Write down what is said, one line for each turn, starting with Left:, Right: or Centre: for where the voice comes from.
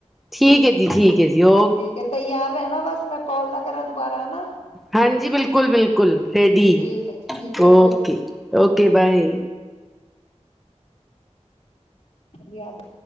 Centre: ਠੀਕ ਏ ਜੀ, ਠੀਕ ਏ ਜੀ, ਉ।
Left: ਠੀਕ ਹੈ, ਤਿਆਰ ਰਹਿਣਾ ਬਸ, ਮੈਂ ਕੋਲ ਨਾ ਕਰਾਂ ਦੁਬਾਰਾ, ਹਨਾ।
Centre: ਹਾਂਜੀ, ਬਿਲਕੁਲ-ਬਿਲਕੁਲ, ਰੇਡੀ
Left: ਠੀਕ ਹੈ ਜੀ ਠੀਕ ਹੈ
Centre: ਓਕੇ, ਓਕੇ ਬਾਏ।
Left: <inaudible>